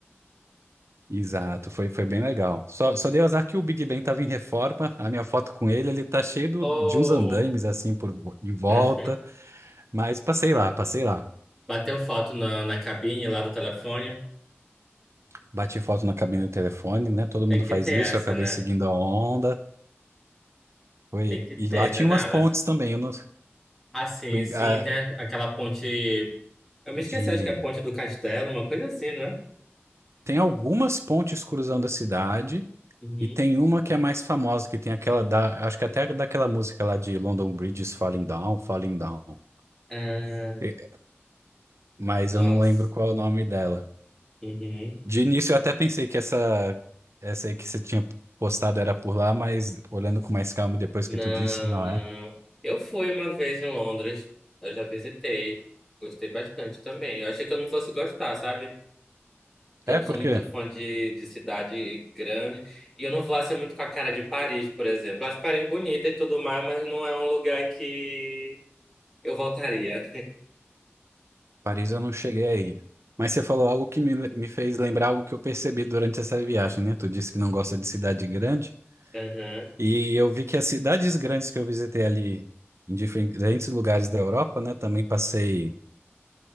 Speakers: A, on the right; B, in the centre.
A: exato, foi, foi bem legal. Só, só deu azar que o Big Ben tava em reforma, a minha foto com ele, ele tá cheio do-
B: Oh!
A: de uns andaimes assim por vo- em volta,
B: <laughs>
A: mas passei lá, passei lá.
B: Bateu foto na, na cabine lá do telefone?
A: Bati foto na cabine do telefone, né? Todo
B: Tem
A: mundo
B: que
A: faz
B: ter
A: isso,
B: essa,
A: eu acabei
B: né?
A: seguindo a onda. Foi,
B: Tem que ter,
A: e lá tinha
B: né? Nada.
A: umas pontes também, eu não,
B: Assim,
A: e,
B: sim,
A: ah,
B: tem aquela ponte. Eu me esqueci,
A: de
B: acho que é a ponte do castelo, uma coisa assim, né?
A: Tem algumas pontes cruzando a cidade
B: Uhum.
A: e tem uma que é mais famosa, que tem aquela da, acho que até daquela música lá de London Bridges Falling Down, Falling Down.
B: Ah,
A: E- Mas
B: nossa.
A: eu não lembro qual é o nome dela.
B: Uhum.
A: De início eu até pensei que essa essa aí que você tinha postado era por lá, mas olhando com mais calma depois
B: Não,
A: que tu disse, não
B: não.
A: é?
B: Eu fui uma vez em Londres. Eu já visitei. Gostei bastante também. Eu achei que eu não fosse gostar, sabe? Então,
A: É
B: não
A: porque
B: sou muito fã de, de cidade grande. E eu não vou assim muito com a cara de Paris, por exemplo. Eu acho Paris bonita e tudo mais, mas não é um lugar que eu voltaria.
A: Paris eu não cheguei aí. Mas você falou algo que me, me fez lembrar algo que eu percebi durante essa viagem, né? Tu disse que não gosta de cidade grande.
B: <laughs> Aham.
A: E eu vi que as cidades grandes que eu visitei ali, em diferentes lugares da Europa, né? Também passei